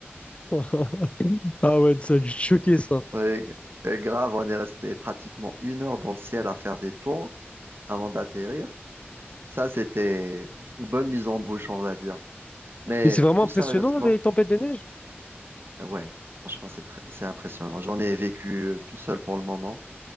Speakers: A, on the left (about 30°); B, on the right (about 60°).
A: <laughs> Ah ouais, ça a dû te choquer, ça.
B: Ouais, et grave, on est resté pratiquement une heure dans le ciel à faire des tours avant d'atterrir. Ça, c'était une bonne mise en bouche, on va dire. Mais
A: Mais c'est vraiment
B: plus
A: impressionnant,
B: sérieusement,
A: les tempêtes de neige?
B: euh, ouais, franchement, c'est tr- c'est impressionnant. J'en ai vécu euh, qu'une seule pour le moment.